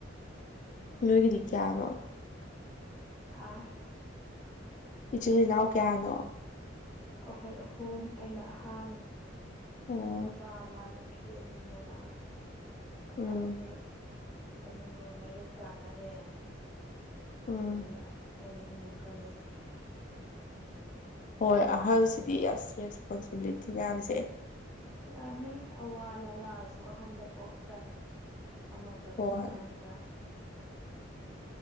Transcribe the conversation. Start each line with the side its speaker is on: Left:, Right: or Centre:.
Left: ꯅꯣꯏꯒꯤꯗꯤ ꯀꯌꯥꯅꯣ
Centre: ꯍꯥꯥ
Left: ꯏꯆꯤꯜ ꯏꯅꯥꯎ ꯀꯌꯥꯅꯣ
Centre: ꯑꯩꯈꯣꯏ ꯑꯍꯨꯝ ꯑꯩꯅ ꯑꯍꯟ
Left: ꯑꯣ
Centre: ꯅꯨꯄꯥ ꯑꯃ ꯐꯤꯅꯤꯅꯦꯕ
Left: ꯎꯝ
Centre: ꯑꯅꯤ ꯑꯅꯤ ꯂꯣꯏ ꯃꯌꯨꯝ ꯄꯥꯟꯅꯔꯦ
Left: ꯎꯝ
Centre: ꯑꯗꯨꯅ ꯑꯩꯅ ꯏꯃꯨꯡ ꯀꯟꯅ ꯌꯦꯡꯉꯤ
Left: ꯍꯣꯏ ꯑꯍꯜꯁꯤꯗꯤ ꯑꯁ ꯔꯦꯁꯄꯣꯟꯁꯤꯕꯤꯂꯤꯇꯤ ꯃꯌꯥꯝꯁꯦ
Centre: ꯌꯥꯝꯃꯦ ꯑꯋꯥ ꯑ ꯅꯅꯥꯁꯨ ꯑꯍꯟꯗ ꯄꯣꯛ ꯇꯥꯏ ꯑꯃ ꯇꯕꯁꯨ
Left: ꯍꯣꯏ
Centre: ꯑꯍꯟꯗ